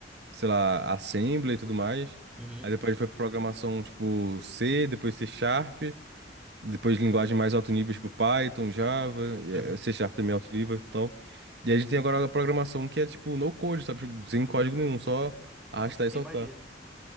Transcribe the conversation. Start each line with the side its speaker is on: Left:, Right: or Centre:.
Right: sei lá, Assembly e tudo mais.
Centre: uhum,
Right: Aí depois foi programação tipo C, depois C Sharp, depois linguagem mais alto nível, tipo Python, Java, e,
Centre: uhum.
Right: eh, C Sharp também é alto nível e tal. E a gente tem agora a programação que é tipo no code, sabe? Tipo, sem código nenhum, só arrastar
Centre: Não,
Right: e soltar.
Centre: eu imagino.